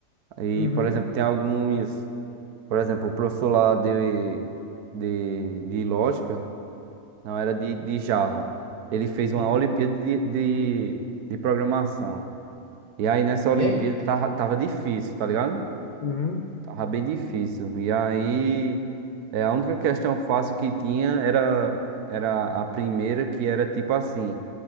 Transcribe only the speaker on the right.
E,
por exemplo, tem alguns, por exemplo, o professor lá de, de, de lógica, não, era de, de Java. Ele fez uma
Olimpíada de, de, de programação. E aí, nessa Olimpíada,
tava, tava difícil, tá ligado?
Tava bem difícil. E aí, é, a única questão fácil que tinha era, era a primeira, que era, tipo assim...